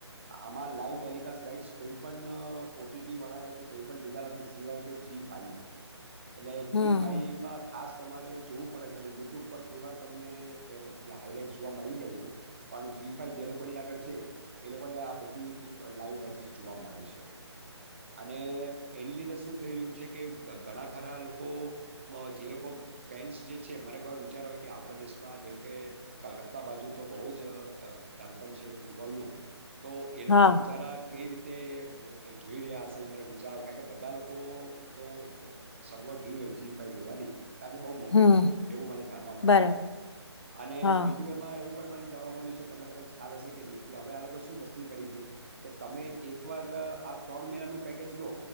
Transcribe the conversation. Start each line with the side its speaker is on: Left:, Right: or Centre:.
Right: આમાં લાઈવ ટેલિકાસ્ટ રાઈટ્સ કોઈ એ પણ ઓ ટી ટી વાળાએ કે કોઈ પણ લીધા નથી સિવાય કે જી ફાઈ. એટલે
Left: હમ
Right: જી ફાઈવમાં
Left: હમ
Right: ખાસ તમારે જોવું પડે છે અને યુટ્યુબ પર કોઈ વાર તમને હાઈલાઈટ જોવા મળી જાય છે. પણ જી ફાઈ જે લોકોની આગળ છે. એ લોકોને આ બધી લાઈવ બચી <unintelligible> જોવા મળે છે અને એની લીધે શું થઈ રહ્યું છે કે ઘણા ખરા લોકો જે લોકો ફેન્સ જે છે બરાબર વિચાર આવે કે આપણા દેશમાં જેમ કે કલકત્તા બાજુ તો બહુ જ ગાંણપણ છે ફૂટબોલનું, તો એ લોકો
Left: હા
Right: બિચારા કઈ રીતે? તે જોઈ રહ્યા હશે વિચારો કે બધા લોકો તો સગવડ નઈ હોય જી ફાઈ લેવાની. કારણ કે બહુ મોંઘું
Left: હમ
Right: છે, એવું મને જાણવા મળેલું
Left: બરાબર
Right: છે, અને
Left: હા
Right: બીજું એમાં એવું મને જાણવા મળ્યું છે તમને કદાચ ખ્યાલ હશે કે નહી કે હવે આ લોકો શું મસ્તી કરી છે, કે તમે એક એક વાર આ ત્રણ મહિનાનું પેકેજ લો.